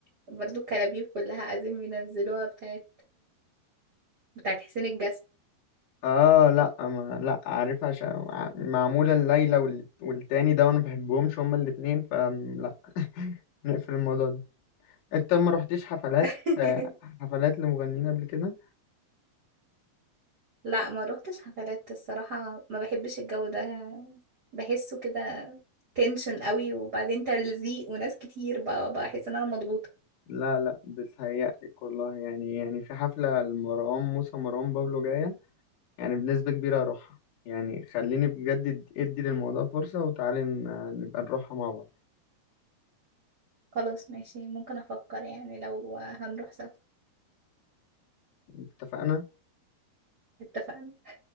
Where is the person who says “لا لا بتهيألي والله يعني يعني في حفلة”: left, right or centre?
Left